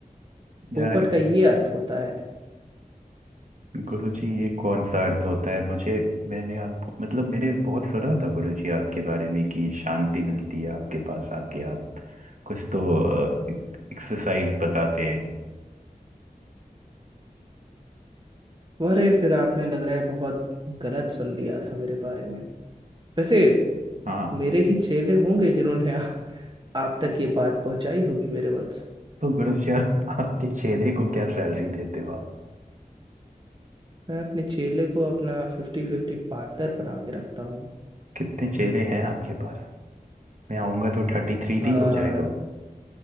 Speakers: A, on the right; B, on the right.
A: पोपट
B: यार
A: का ये अर्थ होता है
B: गुरुजी ये कौन सा अर्थ होता है मुझे मैंने आप मतलब मैंने बहुत सुना था गुरुजी आपके बारे में कि शांति मिलती है आपके पास आके आप कुछ तो एक्सरसाइज बताते हैं
A: अरे फिर आपने लग रहा है बहुत गलत सुन लिया था मेरे बारे में वैसे
B: हाँ
A: मेरे ही चेले होंगे जिन्होंने आ, आप तक ये बात पहुंचाई होगी मेरे वत्स
B: तो गुरुजी आप आपके चेले को क्या सैलरी देते हो
A: मैं अपने चेले को अपना फिफ्टी फिफ्टी पार्टनर बना के रखता हूँ
B: कितने चेहरे हैं आपके पास मैं आऊंगा तो थर्टी थ्री
A: आ,
B: तो ही हो जाएगा वो